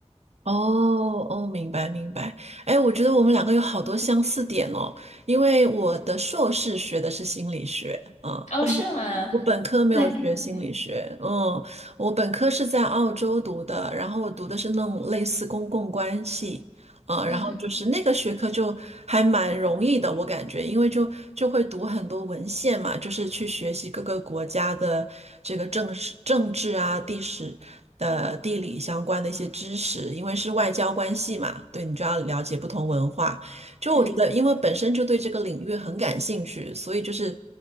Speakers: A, on the right (about 65°); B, on the left (about 85°).
A: 哦哦，明白明白。哎，我觉得我们两个有好多相似点哦，因为我的硕士学的是心理学，嗯，
B: 哦，是吗？
A: 我本科没有学心理学，
B: 那你嗯
A: 嗯，我本科是在澳洲读的，然后我读的是那种类似公共关系，嗯，
B: 嗯
A: 然后就是那个学科就还蛮容易的，我感觉，因为就就会读很多文献嘛，就是去学习各个国家的这个政史、政治啊、地史的地理相关的一些知识，因为是外交关系嘛，对你就要了解不同文化。就我觉得，
B: 嗯
A: 因为本身就对这个领域很感兴趣，所以就是，